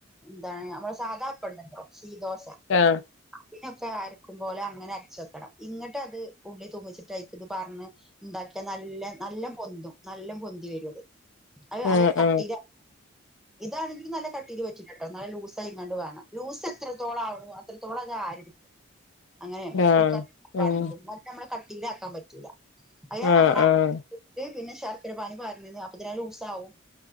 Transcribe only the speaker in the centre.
എന്താണ് നമ്മള് സാധാ അപ്പം ഉണ്ടല്ല ഈ ദോശ
അതിനൊക്കെയരക്കും പോലെ ഇങ്ങനെ അരച്ചു വെക്കണം. ഇങ്ങിട്ടത് ഉള്ളി തൂക്കിച്ചിട്ടതിനകത്തുപാടനെ ഉണ്ടാക്കിയാനല്ല, നല്ല പൊന്തും. നല്ലപൊന്തി വരും, അത്
അതുനല്ല കട്ടീല
ഇതാണെങ്കിലും നല്ല കട്ടീൽ വരും കേട്ടോ എന്ന ലൂസ് ആയണ്ട് വേണം ലൂസ് എത്രത്തോളം ആണോ അത്രത്തോളം അത് ആരി അങ്ങനെയാണ്
കുക്കർണെങ്കിലും
അ നമ്മ കട്ടിലാക്കാൻ പറ്റൂല്ല അതിനാണ്
നമ്മള
പിന്നെ ശർക്കിര പാനി പറഞ്ഞന്ന് അപ്പൊ തന്നെ ലൂസാവവും